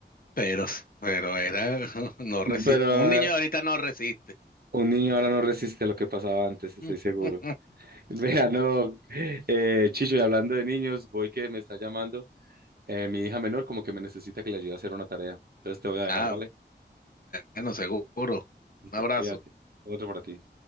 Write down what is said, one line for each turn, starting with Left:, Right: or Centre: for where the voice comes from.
Left: pero, pero era, <laughs> no resiste,
Right: Pero
Left: un niño
Right: eh,
Left: de ahorita no resiste.
Right: un niño ahora no resiste lo que pasaba antes, estoy
Left: <laughs>
Right: seguro. Vea, no, eh, Chicho, y hablando de niños, voy que me está llamando eh, mi hija menor, como que me necesita que le ayude a hacer una tarea. Entonces te voy a dejar,
Left: Ah,
Right: ¿vale?
Left: bueno, seguro.
Right: Listo,
Left: Un abrazo.
Right: cuídate. Otro para ti.